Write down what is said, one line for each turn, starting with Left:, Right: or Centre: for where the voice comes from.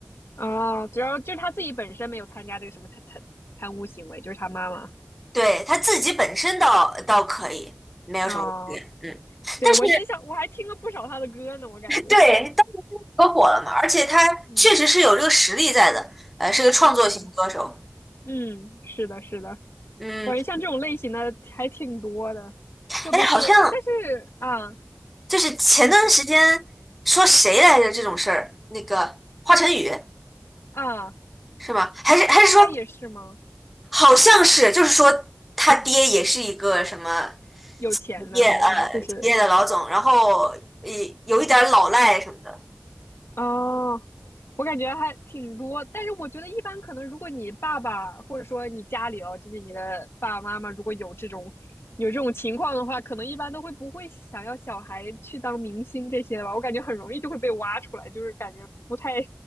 Left: 啊，主要就是他自己本身没有参加这个什么贪贪贪污行为，就是他妈妈。
Centre: 对，她自己本身倒倒可以，没有什么问题。
Left: 啊。
Centre: 嗯。
Left: 对，
Centre: 但是
Left: 我今天想我还听了不少他的歌呢，我感觉
Centre: 对，你当时可火了嘛，而且他确实是有这个实力在的，
Left: <laughs>，嗯，
Centre: 呃，是个创作型歌手。
Left: 是，嗯，是的，是的，
Centre: 嗯，
Left: 我感觉像这种类型的还挺多的，特别是但是啊，
Centre: 哎，好像就是前段时间说谁来着这种事儿，
Left: 你说
Centre: 那个华晨宇
Left: 啊，
Centre: 是吗？还是还是说
Left: 他也是吗？
Centre: 好像是，就是说他爹也是一个什么
Left: 有钱的是吗？
Centre: 企业呃企业的老总，
Left: 就是
Centre: 然后也有一点儿老赖什么的。
Left: 哦，我感觉还挺多，但是我觉得一般可能，如果你爸爸或者说你家里哦，就是你的爸爸妈妈，如果有这种有这种情况的话，可能一般都会不会想要小孩去当明星这些吧？我感觉很容易就会被挖出来，就是感觉不太